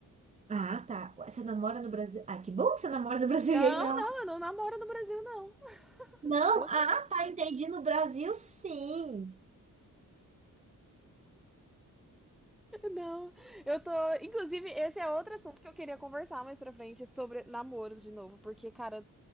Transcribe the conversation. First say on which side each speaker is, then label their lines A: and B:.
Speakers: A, on the right; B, in the centre.
A: Ah, tá. Ué, Você namora no Brasil. Ah, que bom que você namora no Brasil
B: Não,
A: e aí não.
B: não, eu não namoro no Brasil, não. <laughs>
A: Não,
B: Deus
A: ah,
B: me livre.
A: tá. Entendi. No Brasil, sim.
B: Não, eu tô. Inclusive, esse é outro assunto que eu queria conversar mais pra frente sobre namoros de novo, porque, cara,